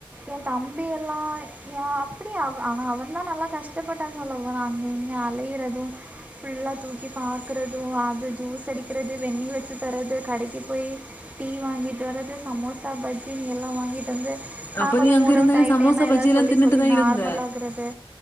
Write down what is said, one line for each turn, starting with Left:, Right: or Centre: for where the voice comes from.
Right: என் தம்பி எல்லாம் ஏன் அப்டியா அவ ஆனா அவன் தான் நல்லா கஷ்டப்பட்ட சொல்ல போனா அங்க இங்க அலையறதும் ஃபுல்லா தூக்கி பாக்குறது அது ஜூஸ் அடிக்கிறது வெண்ணி வெச்சு தரறது கடைக்கு போய் டீ வாங்கிட்டு வரது சமோசா பஜ்ஜின் எல்லா வாங்கிட்டு வந்து நா
Left: அப்ப
Right: கொஞ்சோ
Left: நீ அங்க
Right: மூடவுட்
Left: இருந்தாலும்
Right: ஆயிட்டனே
Left: சமோசா,
Right: எதாது
Left: பஜ்ஜிலாம்
Right: சொல்லி
Left: தின்னுட்டு
Right: சொல்லி
Left: தான்
Right: நார்மல்
Left: இருந்த.
Right: ஆக்குறது